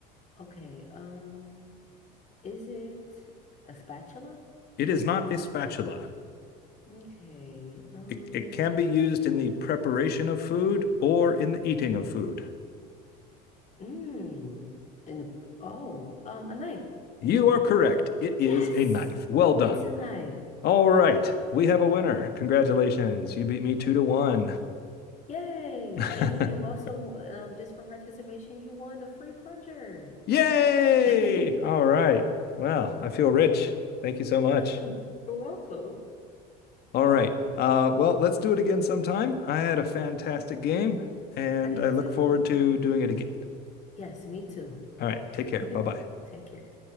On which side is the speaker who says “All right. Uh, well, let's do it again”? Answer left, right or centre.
Left